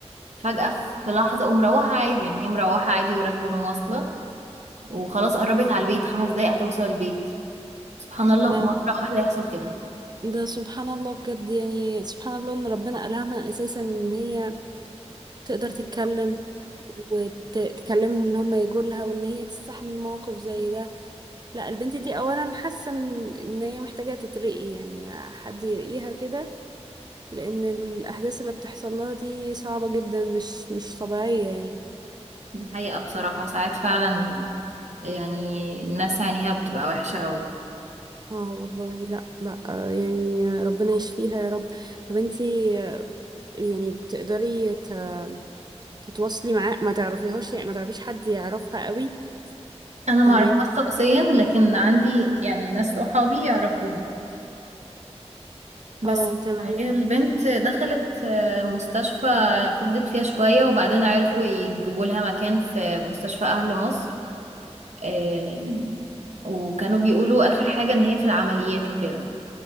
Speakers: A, on the right; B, on the right.
A: فجاه في لحظه ومروحه عادي يعني هي مروحه عادي وراكبه مواصله وخلاص قربت على البيت خمس دقايق هتوصل البيت سبحان الله
B: ده
A: مره واحده يحصل كده
B: ده سبحان الله بجد يعني سبحان الله ان ربنا ألهمها اساسا ان هي تقدر تتكلم وتكلمهم ان هم يجوا لها وان هي تستحمل موقف زي ده لا البنت دي اولا حاسه ان إن هي محتاجه تترقي يعني حد يرقيها كده لان الاحداث اللي بتحصل لها دي صعبه جدا مش مش طبيعيه يعني
A: دي حقيقه بصراحه ساعات فعلا يعني الناس عينيها بتبقى وحشه قوي
B: اه والله لا لا آه، يعني ربنا يشفيها يا رب طب انتي آه، يعني بتقدري ت- تتواصلي معاه ما تعرفيهاش يعني ما تعرفيش حد يعرفها قوي
A: انا
B: فاهمين
A: ما اعرفهاش شخصيا لكن عندي يعني ناس صحابي يعرفوها بس
B: اه تمام
A: هي البنت دخلت آه، مستشفى فضلت فيها شوية وبعدين عرفوا يجيبوا لها مكان في مستشفى اهل مصر آم، وكانوا بيقولوا اخر حاجة ان هي في العمليات وكده